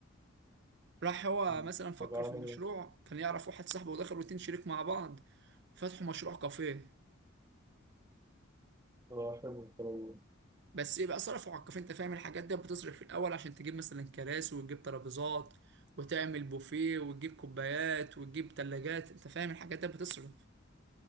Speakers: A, on the right; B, on the right.
A: راح هو
B: مم.
A: مثلا فكر
B: طب عمل
A: في المشروع
B: ايه؟
A: كان يعرف واحد صاحبه ودخلوا اتنين شريك مع بعض فتحوا مشروع كافيه
B: اه حلو الكلام ده
A: بس ايه بقى صرفوا على الكافيه انت فاهم الحاجات دي بتصرف في الاول عشان تجيب مثلا كراسي وتجيب ترابيزات وتعمل بوفيه وتجيب كوبايات وتجيب تلاجات انت فاهم الحاجات دي بتصرف